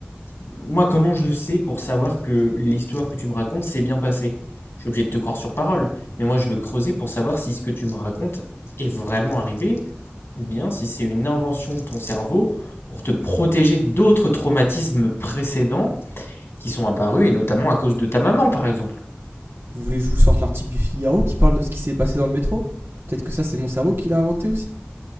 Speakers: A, on the left; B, on the right.
A: Moi, comment je sais pour savoir que l'histoire que tu me racontes s'est bien passée? Je suis obligé de te croire sur parole, mais moi je veux creuser pour savoir si ce que tu me racontes est vraiment arrivé Ou bien si c'est une invention de ton cerveau pour te protéger d'autres traumatismes précédents qui sont apparus, et notamment à cause de ta maman, par exemple.
B: Vous voulez que je vous sorte l'article du Figaro qui parle de ce qui s'est passé dans le métro Peut-être que ça, c'est mon cerveau qui l'a inventé aussi.